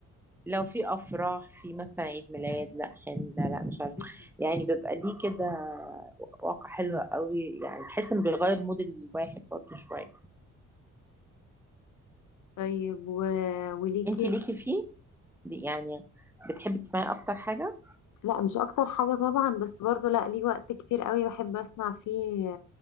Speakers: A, in the centre; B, on the left.
A: لو في افراح في مثلا عيد ميلاد لا حنه لا مش عارفه
B: برضو
A: يعني بيبقى ليه كده واقع حلو قوي يعني بحس انه بيغير مود الواحد برضه شويه
B: طيب و... وليكي
A: انت ليكي فيه لي- يعني بتحبي تسمعي اكتر حاجه
B: لا مش اكتر حاجة طبعا بس برضو لا ليه وقت كتير قوي بحب اسمع فيه